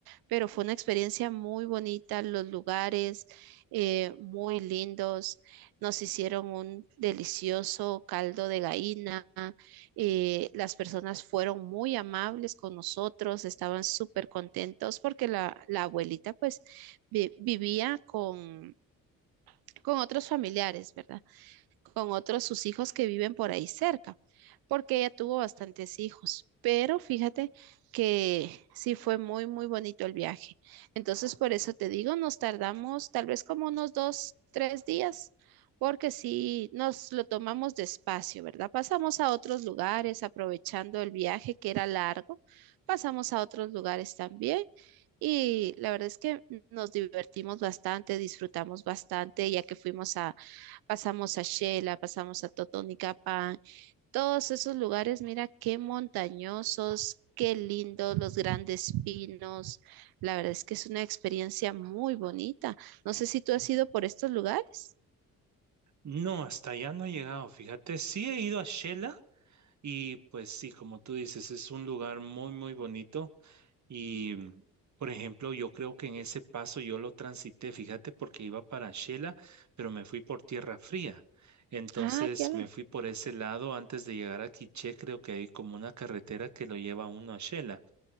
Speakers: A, on the right (about 70°); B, on the right (about 50°).
A: pero fue una experiencia muy bonita, los lugares eh, muy lindos, nos hicieron un delicioso caldo de gallina, eh, las personas fueron muy amables con nosotros, estaban súper contentos porque la, la abuelita pues vi- vivía con, con otros familiares, ¿verdad? con otros sus hijos que viven por ahí cerca, porque ella tuvo bastantes hijos. Pero fíjate que sí fue muy, muy bonito el viaje. Entonces, por eso te digo, nos tardamos tal vez como unos dos, tres días, porque sí nos lo tomamos despacio, ¿verdad? Pasamos a otros lugares, aprovechando el viaje que era largo, pasamos a otros lugares también. Y la verdad es que nos divertimos bastante, disfrutamos bastante, ya que fuimos a, Pasamos a Xela, pasamos a Totonicapán, todos esos lugares, mira qué montañosos, qué lindos, los grandes pinos. La verdad es que es una experiencia muy bonita. No sé si tú has ido por estos lugares.
B: No, hasta allá no he llegado. Fíjate, sí he ido a Shela y pues sí, como tú dices, es un lugar muy, muy bonito. Y, por ejemplo, yo creo que en ese paso yo lo transité, fíjate, porque iba para Shela, pero me fui por tierra fría. Entonces
A: Ah, qué alegre.
B: me fui por ese lado antes de llegar a Quiché, creo que hay como una carretera que lo lleva uno a Shela.